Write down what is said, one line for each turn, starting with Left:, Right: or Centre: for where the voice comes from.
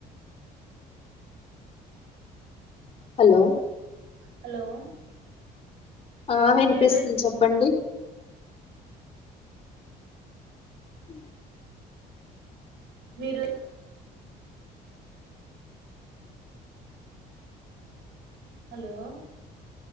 Left: హలో
Right: హలో
Left: ఆ విన్పిస్తుం
Right: మీరు
Left: చెప్పండి హ
Right: మీరు హలో